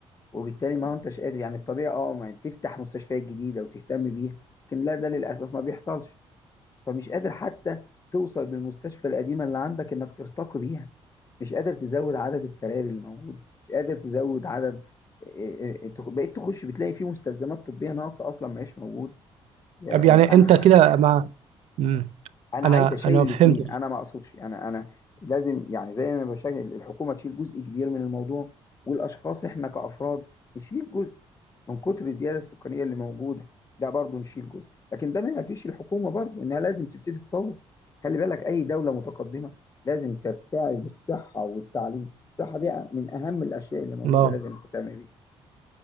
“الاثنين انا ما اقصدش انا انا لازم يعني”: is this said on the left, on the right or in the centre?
Left